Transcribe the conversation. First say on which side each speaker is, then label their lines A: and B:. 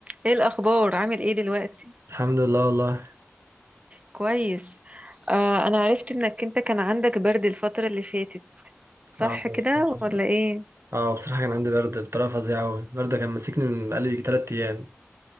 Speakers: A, on the right; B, on the right.
A: ايه الاخبار عامل ايه دلوقتي
B: الحمد لله والله
A: كويس آه انا عرفت انك انت كان عندك برد الفترة اللي فاتت صح
B: اه بصراحة.
A: كده ولا ايه
B: اه بصراحة كان عندي برد بطريقة فظيعة أوي البرد كان ماسكني من بقالي يجي تلات أيام